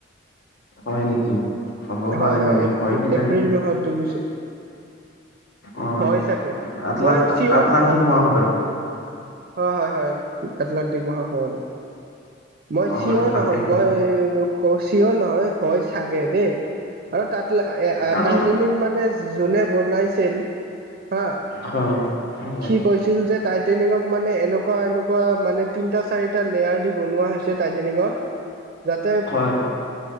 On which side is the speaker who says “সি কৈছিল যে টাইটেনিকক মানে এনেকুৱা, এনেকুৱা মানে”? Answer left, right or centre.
Right